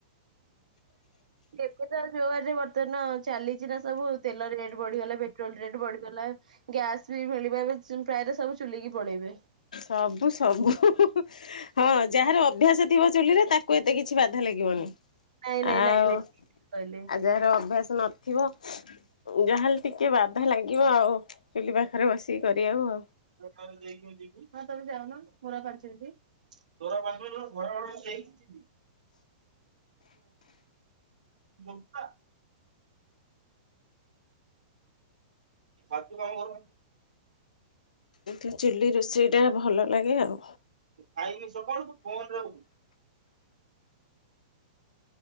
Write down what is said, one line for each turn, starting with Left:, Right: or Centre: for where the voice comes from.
Right: ଏବେ ତ ଯୋଉଆରେ ବର୍ତ୍ତମାନ ଚାଲିଛି ନା ସବୁ ତେଲ ରେଟ୍ ବଢିଗଲା ପେଟ୍ରୋଲ ରେଟ୍ ବଢିଗଲା। ଗ୍ୟାସ ବି ମିଳିବ ଏ ପ୍ରାୟତ ସବୁ ଚୁଲିକି ପଳେଇବେ।
Left: ସବୁ ସବୁ ହଁ ଯାହାର ଅଭ୍ୟାସ ଥିବ ଚୁଲିରେ ତାକୁ ଏତେ କିଛି ବାଧା ଲାଗିବନି।
Right: ନାଇଁ ନାଇଁ
Left: ଆଉ
Right: ଲାଗିବ କହିଲେ।
Left: ଆଉ ଯାହାର ଅଭ୍ୟାସ ନଥିବ। ଯାହାେଲେ ଟିକେ ବାଧା ଲାଗିବ ଆଉ ଚୁଲି ପାଖରେ ବସିକି କରିବାକୁ ଆଉ
Right: ହଁ ତମେ ଯାଉନୁର ପୁରା ପାଞ୍ଚ ମିନ୍ତି। <unintelligible> ହଁ। ଫାର୍ ତୁ କାମ କର
Left: ଏ ଚିଲ୍ଲି ରୋଷେଇଟା ଭଲ ଲାଗେ ଆଉ
Right: ଖାଇକି ସବୁଳୁ ଫୋନ ରେ